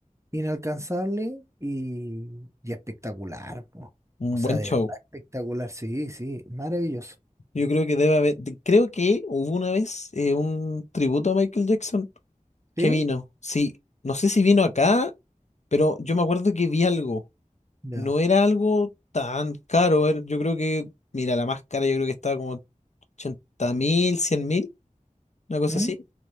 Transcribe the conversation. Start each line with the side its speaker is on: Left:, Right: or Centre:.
Right: inalcanzable y, y espectacular, pues.
Left: Un
Right: O sea,
Left: buen
Right: de
Left: show.
Right: verdad espectacular, sí, sí, maravilloso.
Left: Yo creo que debe haber, de- creo que hubo una vez eh, un tributo a Michael Jackson que
Right: ¿Sí?
Left: vino. Sí, no sé si vino acá, pero yo me acuerdo que vi algo.
Right: Ya.
Left: No era algo tan caro. era- Yo creo que, mira, la más cara yo creo que estaba como 80 mil, 100 mil, una cosa
Right: ¿Mm?
Left: así.